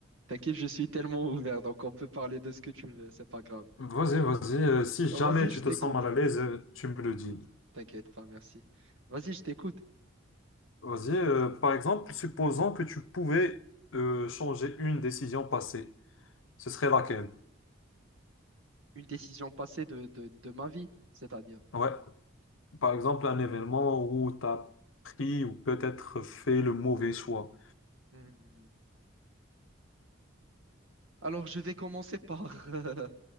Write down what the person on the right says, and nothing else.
T'inquiète, je suis tellement ouvert, donc on peut parler de ce que tu veux, c'est pas grave.
Oh, vas-y,
je
t'écoute.
T'inquiète pas, merci. Vas-y, je t'écoute.
Une décision passée de, de, de ma vie, c'est-à-dire.
Hmm. Alors, je vais commencer par, <laughs>